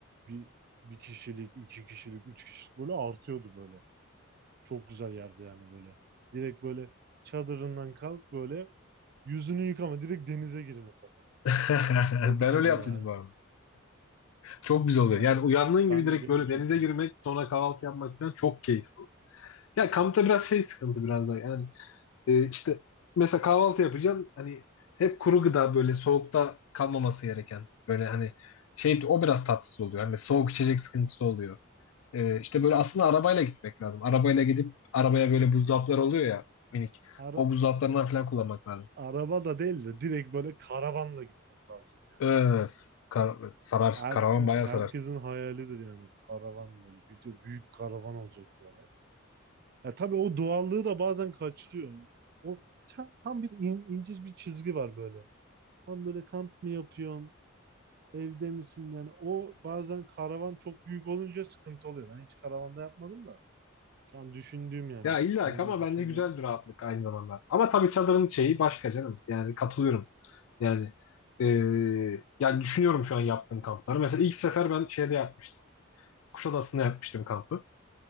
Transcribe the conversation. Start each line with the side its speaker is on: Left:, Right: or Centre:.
Right: bir bir kişilik, iki kişilik, üç kişilik böyle artıyordu böyle. Çok güzel yerde yani böyle. Direkt böyle çadırından kalk böyle yüzünü yıkama direkt denize gir mesela.
Left: <laughs>
Right: Çok
Left: Ben
Right: iyiydi
Left: öyle yaptım
Right: ya.
Left: bu arada. Çok güzel oluyor.
Right: Ben
Left: Yani uyandığın
Right: ben
Left: gibi direkt
Right: de benim
Left: böyle
Right: de çok
Left: denize
Right: hoşuma.
Left: girmek, sonra kahvaltı yapmak falan çok keyifli. Ya kampta biraz şey sıkıntı biraz da yani e, işte mesela kahvaltı yapacaksın hani hep kuru gıda böyle soğukta kalmaması gereken böyle hani şey o biraz tatsız oluyor. Yani mesela soğuk içecek sıkıntısı oluyor. E, işte böyle aslında arabayla gitmek lazım. Arabayla gidip arabaya böyle buzdolaplar oluyor ya minik.
Right: Ara,
Left: O buzdolaplarından falan kullanmak lazım.
Right: Araba da değil de direkt böyle karavanla gitmek lazım ya.
Left: Öf, kar- sarar.
Right: Her,
Left: Karavan bayağı
Right: herkesin
Left: sarar.
Right: hayalidir yani karavan böyle. Bir de büyük karavan olacak böyle. Ya tabii o doğallığı da bazen kaçırıyor. O ta- tam bir in, ince bir çizgi var böyle. Tam böyle kamp mı yapıyorsun? Evde misin? Yani o bazen karavan çok büyük olunca sıkıntı oluyor. Ben hiç karavanda yapmadım da. Şu an düşündüğüm yani
Left: Ya illa
Right: kendim
Left: ki ama
Right: düşündüğüm.
Left: bence güzel bir rahatlık aynı zamanda. Ama tabii çadırın şeyi başka canım. Yani katılıyorum. Yani e, yani düşünüyorum şu an yaptığım kampları. Mesela ilk sefer ben şeyde yapmıştım. Kuşadası'nda yapmıştım kampı.